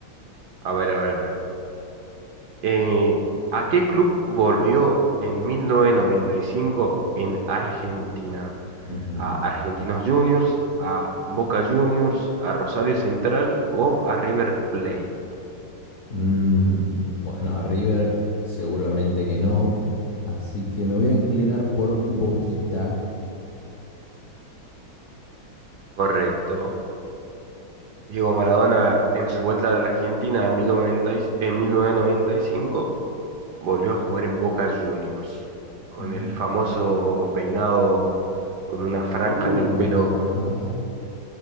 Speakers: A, on the right (about 65°); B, on the left (about 55°).
A: A ver, a ver, a ver. Eh, ¿a qué club volvió en 1995 en Argentina?
B: Ujú.
A: a Argentinos Juniors, a Boca Juniors, a Rosario Central o a River Plate.
B: Mm, bueno, a River seguramente que no, así que me voy a inclinar por Boquita.
A: Correcto. Diego Maradona en su vuelta a la Argentina en 1990 en 1995 volvió a jugar en Boca Juniors con
B: Mm.
A: el famoso peinado con una franja
B: Uy,
A: en el pelo
B: ¿te acordás?